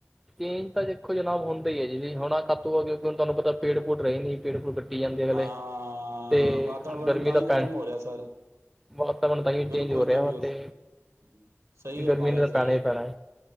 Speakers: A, in the centre; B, on the right.
A: ਚੇਜ ਤਾਂ ਦੇਖੋ ਜਨਾਬ ਹੁੰਦਾ ਹੀ ਹੈ ਜੀ ਵੀ ਹੁਣ ਏ <unintelligible> ਆ ਕਿਉਂਕਿੁ ਤੁਾਨੂੰ ਪਤਾ ਪੇੜ ਪੂੜ ਰਹੇ ਨੀ ਪੇੜ ਪੂੜ ਜਾਂਦੇ ਅਗਲੇ
B: ਹਾਂ
A: ਤੇ
B: -ਵਾਤਾਵਰਨ
A: ਹੁਣ ਗਰਮੀ
B: ਤਾਂ
A: ਦਾ
B: ਹੀ ਖ਼ਤਮ
A: ਪੈਣ
B: ਹੋ ਰਿਹਾ ਹੈ ਸਰ
A: ਵਾਤਾਵਰਨ ਤਾਂ ਹੀ ਚੇਂਜ
B: ਬਿਲਕੁਲ
A: ਹੋ ਰਿਹਾ
B: ਜੀ ਬਿਲਕੁ
A: ਵਾ ਤੇ
B: ਸਹੀ
A: ਗਰਮੀ
B: ਹੈ ਮਹਾਰਾਜ
A: ਨੇ ਤਾਂ
B: ਸਹੀ
A: ਪੈਣਾ
B: ਹੈ
A: ਹੀ
B: ਜੀ
A: ਪੈਣਾ